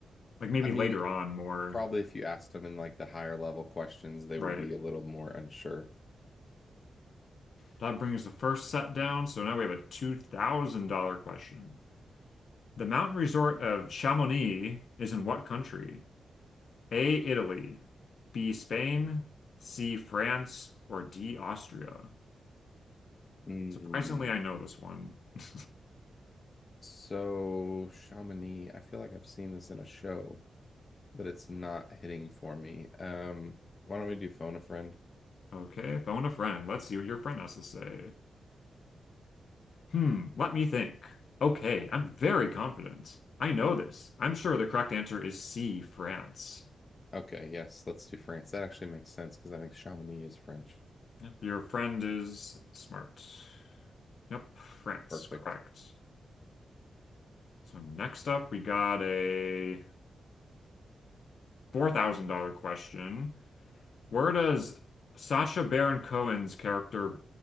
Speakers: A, on the left; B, on the left.
A: Like maybe
B: I mean,
A: later on more.
B: probably if you asked them in like the higher level questions, they
A: Right.
B: would be a little more unsure.
A: That brings the first set down, so now we have a $2,000 question. The mountain resort of Chamonix is in what country? A, Italy, B, Spain, C, France, or D, Austria?
B: Mm,
A: Surprisingly, I know this one. <laughs>
B: so Chamonix, I feel like I've seen this in a show. but it's not hitting for me. Um, why don't we do phone a friend?
A: Okay, phone a friend. Let's see what your friend has to say. Hmm, let me think. Okay, I'm very confident. I know this. I'm sure the correct answer is C, France.
B: Okay, yes, let's do France. That actually makes sense because I think Chamonix is French.
A: Yep, your friend is smart. Yep, France,
B: Perfect.
A: correct. So next up, we got a $4,000 question. Where does Sacha Baron Cohen's character